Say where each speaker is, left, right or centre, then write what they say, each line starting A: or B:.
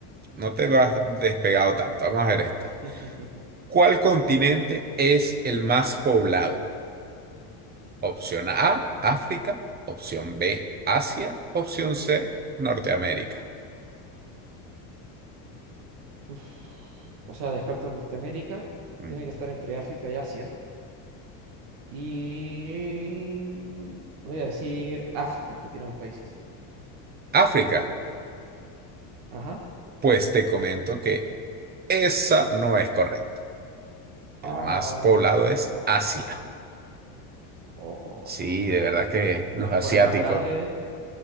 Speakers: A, on the right; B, on the right.
A: No te vas despegado tanto. Vamos a ver esta.
B: <laughs>
A: ¿Cuál continente es el más poblado? Opción A, África. Opción B, Asia. Opción C, Norteamérica.
B: Uf, o sea, descarto Norteamérica,
A: Mm.
B: tiene que estar entre África y Asia. Y voy a decir África, que tiene más países.
A: África,
B: Ajá.
A: pues te comento que esa no es correcta. El
B: Oh,
A: más poblado es
B: era
A: Asia.
B: Oh.
A: Sí, de verdad que los
B: Me fui
A: asiáticos,
B: por el más grande